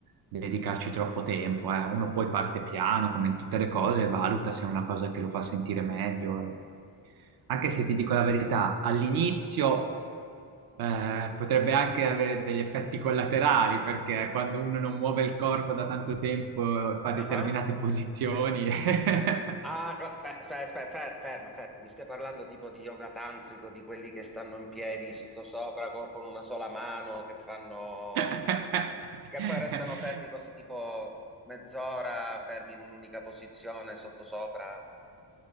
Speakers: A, on the right (about 60°); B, in the centre.
A: dedicarci troppo tempo, eh. Uno poi parte piano, come in tutte le cose, e valuta se è una cosa che lo fa sentire meglio. eh. Anche se ti dico la verità, all'inizio eh, potrebbe anche avere degli effetti collaterali, perché quando uno non muove il corpo da tanto tempo, eh, fa
B: Ah
A: determinate
B: ah.
A: posizioni. <laughs>
B: Ah, no, fe- fe- fe- fe- ferma, ferma. Mi stai parlando tipo di yoga tantrico, di quelli che stanno in piedi sottosopra con, con una sola mano, che fanno...
A: <laughs>
B: che poi restano fermi così tipo mezz'ora, fermi in un'unica posizione sottosopra.